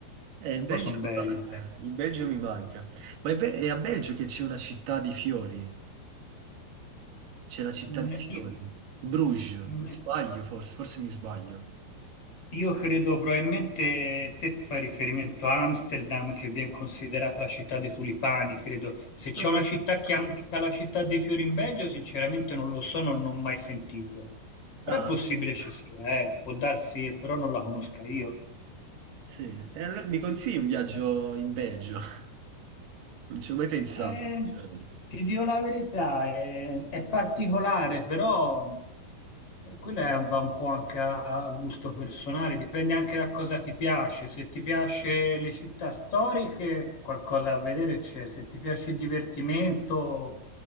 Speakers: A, on the right (about 70°); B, on the left (about 35°).
A: Eh, il Belgio
B: Poi sono belli.
A: mi manca, il Belgio mi manca. Ma è, be- è a Belgio che c'è una città di fiori. C'è la città
B: Mm,
A: dei fiori.
B: io-
A: Bruges,
B: mm,
A: mi sbaglio forse, forse mi sbaglio.
B: Io credo probabilmente te fai riferimento a Amsterdam che viene considerata la città dei tulipani, credo. Se c'è
A: No,
B: una
A: eh,
B: città che chiamata la città dei fiori in Belgio, sinceramente non lo so, non l'ho mai sentito. Però
A: ah,
B: è possibile ci sia, eh, Può darsi, però non la conosca io.
A: sì. E allora mi consigli un viaggio in Belgio? <laughs> Non ci ho mai pensato,
B: Ma, eh,
A: sinceramente.
B: ti dico la verità, è, è particolare, però eh, quella è- va un po' anche a, a gusto personale, dipende anche da cosa ti piace. Se ti piace le città storiche, qualcosa a vedere c'è. Se ti piace il divertimento,